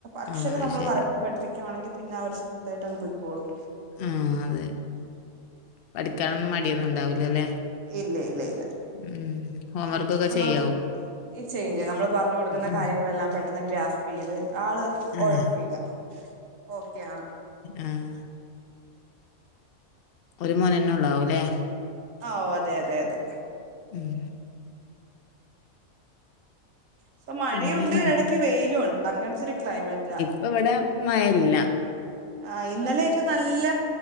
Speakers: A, on the right (about 70°); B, on the left (about 60°).
A: അക്ഷരം
B: ആഹ്
A: നമ്മള്
B: ശരി
A: കറക്റ്റ് പഠിപ്പിക്ക പിക്കുകവാണെങ്കിൽന്നെ അവര് സ്മൂത്തയിട്ട് അങ് പോയ് ക്കോളും
B: ആഹ് അതെ പഠിക്കാനൊന്നും മടിയൊന്നും ഉണ്ടാവില്ല ല്ലേ
A: ഇല്ല ഇല്ല ഇല്ല
B: ഉം ഹോം വർക്ക്ൊക്കെ
A: നമ്മൾ
B: ചെയ്യാവും
A: ചെയ്യും ചെയ്യും നമ്മള് പറഞ്ഞു കൊടുക്കുന്ന
B: ഉം
A: കാര്യങ്ങളെല്ലാം
B: ഉം
A: പെട്ട ഗ്രാഫ്പ് ചെയ്ത് ആള് കുഴപ്പില്ല
B: ആഹ്
A: ഓക്കെ ആണ്
B: ആഹ ഒരു മോനന്നെ ഉള്ളാവൂല്ലേ
A: ഓ അതെ അതെ അതെ
B: ഉം
A: ഇപ്പൊ മഴയുണ്ട്
B: പിന്നെ
A: ഇടക്ക് വെയിലും ഉണ്ട് അങ്ങനത്തെ ഒരു ക്ലൈമറ്റാ
B: ഇപ്പൊ ഇവിടെ മഴയില്ല
A: ആ, ഇന്നലെയൊക്കെ നല്ല